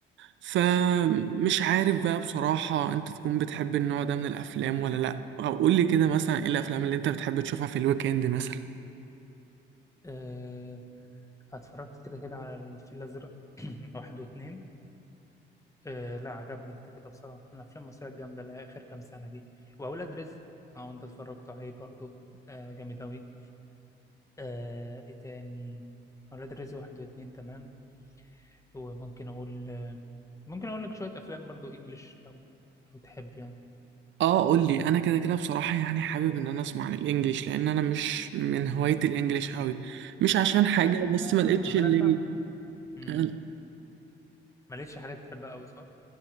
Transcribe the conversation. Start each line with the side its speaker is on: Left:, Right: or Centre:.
Right: فمش عارف بقى بصراحة أنت تكون بتحب النوع ده من الأفلام ولا لأ أو قولي كده مثلا إيه الأفلام اللي أنت بتحب تشوفها في الويك إند مثلا
Left: أه اتفرجت كده كده على الفيل الازرق <clears throat> واحد واتنين أه لا عجبني كده كده بصراحه من الافلام المصريه الجامده اللي هي اخر كام سنه دي واولاد رزق اه وانت اتفرجت عليه برضه أه جامد اوي أه ايه تاني اولاد رزق واحد واتنين تمام وممكن اقول ممكن اقول لك شويه افلام برضو انجليش لو لو تحب يعني
Right: اه قول لي انا كده كده بصراحه يعني حابب ان انا اسمع عن الانجليش لان انا مش من هوايه الانجليش قوي مش عشان حاجه
Left: آه،
Right: بس ما لقيتش
Left: ما
Right: اللي
Left: انا فاهم أمم.
Right: اه
Left: ما لقيتش حاجات بتحبها قوي صح